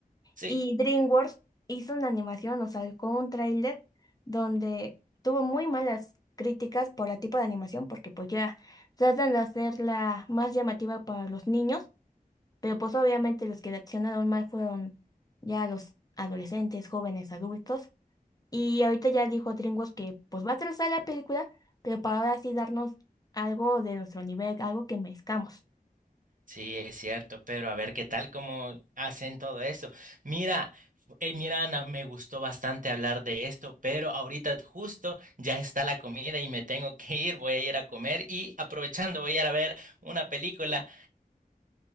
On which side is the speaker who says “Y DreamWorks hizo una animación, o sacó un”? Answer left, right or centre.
Left